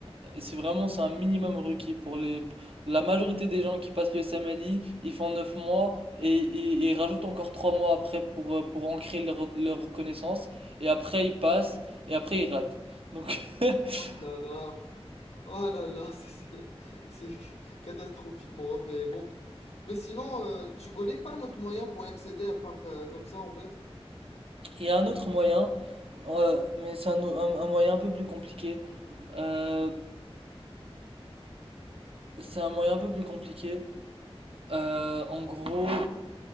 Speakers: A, on the right; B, on the left.
A: Euh, C'est vraiment, c'est un minimum requis pour les... La majorité des gens qui passent le SMLI, ils font 9 mois et, et- et ils rajoutent encore 3 mois après pour, euh, pour ancrer leur, leur connaissance. Et après, ils passent et après, ils ratent. Donc, <laughs>
B: Oh là là, oh là là, <laughs> c'est c'est c'est catastrophique mon ref, mais bon. Mais sinon, euh, tu connais pas notre moyen pour y accéder à part euh, comme ça en fait?
A: il y a un autre moyen, euh, mais c'est un, o- un- un moyen un peu plus compliqué. Euh, c'est un moyen un peu plus compliqué. Euh, en gros,